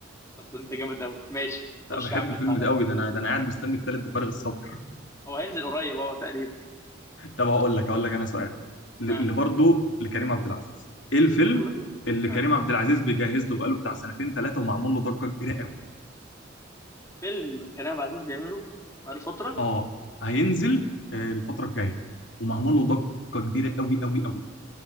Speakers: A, on the left; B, on the left.
A: طب ده أنت جامد أوي ماشي خش
B: لا بحب
A: يا عم
B: الفيلم
A: أنت عليا
B: ده قوي
A: بقى
B: ده انا ده انا قاعد مستني التالت بفارغ الصبر
A: هو هينزل قريب اهو تقريبا
B: طب هقول لك هقول لك انا سؤال اللي
A: ها آه
B: برضه لكريم عبد العزيز ايه الفيلم
A: يلا بينا
B: اللي كريم
A: ها
B: عبد العزيز بيجهز له بقاله بتاع سنتين ثلاثه ومعمول له ضجه كبيره قوي
A: فيلم كريم عبد العزيز بيعمله بقاله فتره
B: اه هينزل آه، الفتره الجايه ومعمول له ضجه كبيره قوي قوي قوي